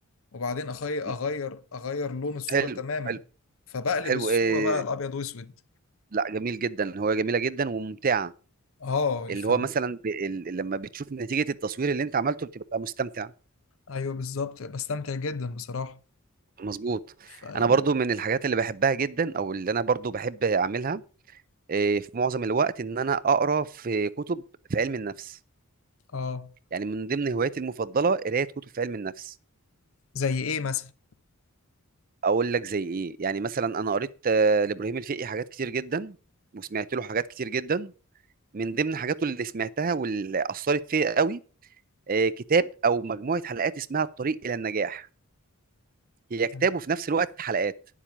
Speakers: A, on the left (about 65°); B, on the right (about 40°).
A: وبعدين أخي... أغير
B: م-
A: أغير لون الصورة
B: حلو
A: تماما
B: حلو
A: فبقلب
B: حلو
A: الصورة
B: إيه
A: بقى الأبيض وأسود
B: لا جميل جدا هو جميله جدا وممتعه
A: اه
B: اللي
A: ف...
B: هو مثلا ب... ال- لما بتشوف نتيجه التصوير اللي انت عملته بتبقى مستمتع
A: أيوه بالظبط بستمتع جدا بصراحة
B: مظبوط
A: فيعني
B: انا برضو من الحاجات اللي بحبها جدا او اللي انا برضو بحب اعملها إيه في معظم الوقت ان انا اقرا في كتب في علم النفس
A: اه
B: يعني من ضمن هواياتي المفضله قرايه كتب في علم النفس
A: زي إيه مثلا
B: اقول لك زي ايه يعني مثلا انا قريت آه، لابراهيم الفقي حاجات كتير جدا وسمعت له حاجات كتير جدا من ضمن حاجاته اللي سمعتها واللي اثرت فيا قوي آه، كتاب او مجموعه حلقات اسمها الطريق الى النجاح هي
A: تم-
B: كتاب وفي نفس الوقت حلقات